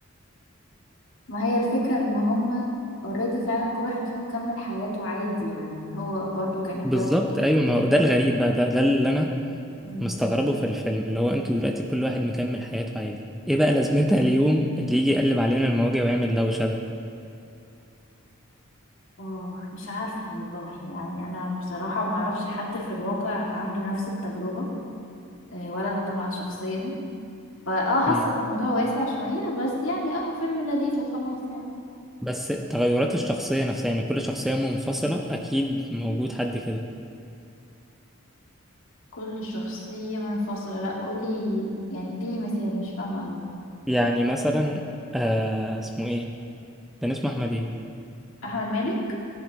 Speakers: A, on the left (about 70°); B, in the centre.
A: ما هي الفكرة ان هما اوريدي فعلا كل واحد فيهم كمل حياته عادي يعني هو برضو كان
B: بالظبط
A: الجو
B: ايوه ما هو ده الغريب بقى ده ده اللي انا
A: مم.
B: مستغربه في الفيلم اللي هو انتوا دلوقتي كل واحد مكمل حياته عادي ايه بقى لازمتها اليوم اللي يجي يقلب علينا المواجع ويعمل دوشه ده
A: اه مش عارفة والله يعني انا بصراحة ما اعرفش حد في الواقع عنده نفس التجربة آه، ولا انا طبعا شخصيا فاه حاسه
B: مم.
A: ان الموضوع واسع شويه بس يعني اهو فيلم لذيذ وخلاص يعني
B: بس تغيرات الشخصيه نفسها يعني كل شخصيه منفصله اكيد موجود حد كده
A: كل شخصيه منفصله لا قولي يعني اديني مثال مش فاهمه قوي
B: يعني مثلا آه اسمه ايه كان اسمه احمد ايه
A: احمد مالك